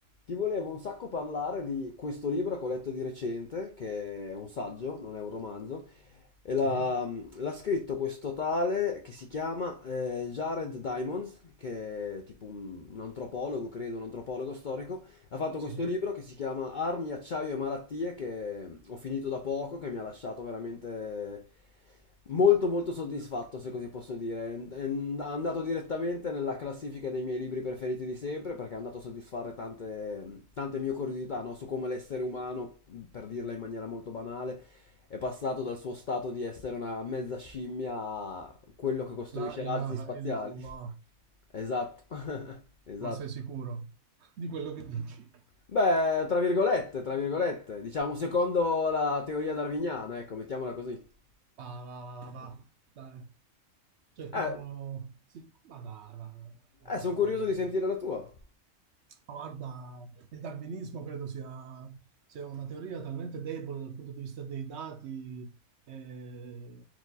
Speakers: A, on the left; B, on the right.
A: Ti volevo un sacco parlare di questo libro che ho letto di recente, che è un saggio, non è un romanzo, e l'ha
B: Sì,
A: l'ha scritto questo tale che si chiama eh, Jared Diamonds, che è tipo un, un antropologo, credo, un antropologo storico, ha fatto
B: sì.
A: questo libro che si chiama Armi, acciaio e malattie, che ho finito da poco, che mi ha lasciato veramente molto molto soddisfatto, se così posso dire. È andato direttamente nella classifica dei miei libri preferiti di sempre, perché è andato a soddisfare tante, tante mie curiosità no? su come l'essere umano, per dirla in maniera molto banale, è passato dal suo stato di essere una mezza scimmia a quello che costruisce
B: La
A: razzi
B: ilaha
A: spaziali.
B: illallah.
A: <laughs> Esatto, <laughs> esatto.
B: Ma sei sicuro di quello che dici?
A: Beh, tra virgolette, tra virgolette, diciamo secondo la teoria darwiniana, ecco, mettiamola così.
B: Va, va, va, va, va. Dai. Cercano...
A: Eh,
B: Sì. Ma dai, va, va. Ma
A: eh,
B: come
A: sono curioso
B: credo?
A: di sentire la tua.
B: Ma Guarda, il darwinismo credo sia, sia una teoria talmente debole dal punto di vista dei dati eh,